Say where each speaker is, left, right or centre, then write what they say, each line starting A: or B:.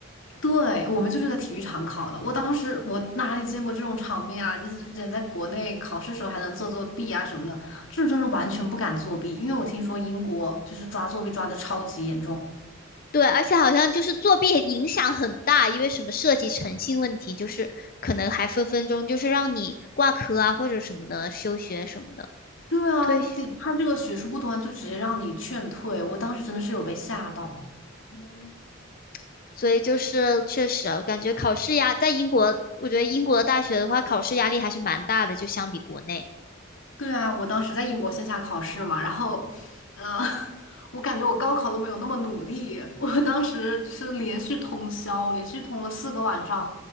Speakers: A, on the left; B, on the left.
A: 对，我们就是在体育场考的。我当时我哪里见过这种场面啊？你之前在国内考试的时候还能做作弊啊什么的，这种真是完全不敢作弊，因为我听说英国就是抓作弊抓的超级严重。
B: 对，而且好像就是作弊影响很大，因为什么涉及诚信问题，就是可能还分分钟就是让你挂科啊，或者什么的，休学什么的，
A: 对啊，
B: 退学。
A: 这他这个学术不端就直接让你劝退，我当时真的是有被吓到。
B: 嗯所以就是确实啊，我感觉考试压在英国，我觉得英国的大学的话，考试压力还是蛮大的，就相比国内。
A: 对啊，我当时在英国线下考试嘛，然后，呃，<laughs> 我感觉我高考都没有那么努力，我当时就是连续通宵，连续通了四个晚上，